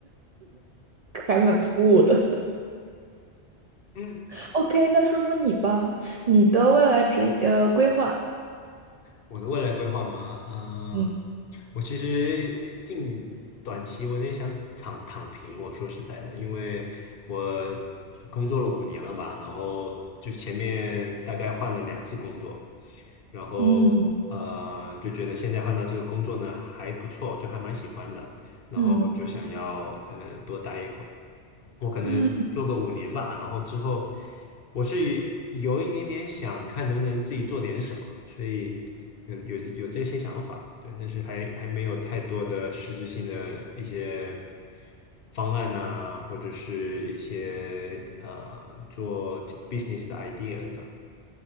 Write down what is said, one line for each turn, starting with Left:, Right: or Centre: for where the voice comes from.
Right: 还蛮突兀的。
Left: <laughs>
Right: <laughs> OK，那说说你吧，你的未来职业呃规划。
Left: 我的未来规划吗？嗯、
Right: 嗯
Left: 我其实近短期我有点想躺躺平。我说实在的，因为我工作了五年了吧，然后就前面大概换了两次工作，然后呃就觉得现在换到这个工作呢还不错，
Right: 嗯
Left: 就还蛮喜欢的，然后就想要可能多待一会。
Right: 嗯。
Left: 我可能做个五年吧，
Right: 嗯，
Left: 然后之后我是有一点点想看能不能自己做点什么，所以有有有这些想法，对，但是还还没有太多的实质性的一些方案呐、或者是一些呃做 business 的 idea 这样。